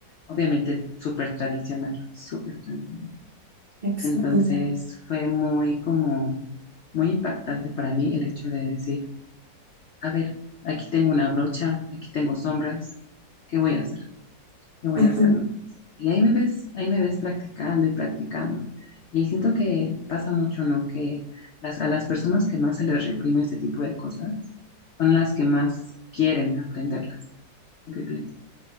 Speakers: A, on the left; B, on the right.
A: obviamente súper tradicional, súper tradicional.
B: Exacto.
A: Entonces
B: ya.
A: fue muy como, muy impactante para mí el hecho de decir, a ver, aquí tengo una brocha, aquí tengo sombras, ¿qué voy a hacer? ¿Qué voy
B: Ujú.
A: a hacer? no? Y ahí me ves, ahí me ves practicando y practicando. Y siento que pasa mucho, ¿no? Que las, a las personas que más se les reprime este tipo de cosas son las que más quieren aprenderlas. ¿Tú ¿Qué piensas?